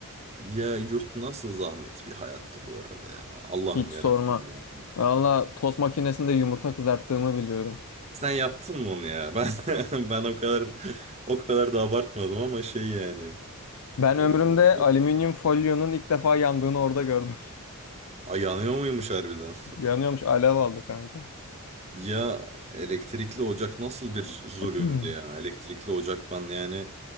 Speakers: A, on the right; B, on the left.
A: Ya yurt nasıl zahmet bir hayattı bu arada ya. Allah'ım
B: Hiç sorma.
A: ya Rabbim ya.
B: Valla tost makinesinde yumurta kızarttığımı biliyorum.
A: Sen yaptın mı onu ya? Ben <laughs> ben o kadar o kadar da abartmadım ama şey yani.
B: Ben
A: E,
B: ömrümde
A: bu
B: alüminyum folyonun ilk defa yandığını orada gördüm.
A: Ay, yanıyor muymuş harbiden?
B: <laughs> Yanıyormuş, alev aldı kanka.
A: Ya elektrikli ocak nasıl bir zulümdü
B: Hmm.
A: ya. Elektrikli ocak ben yani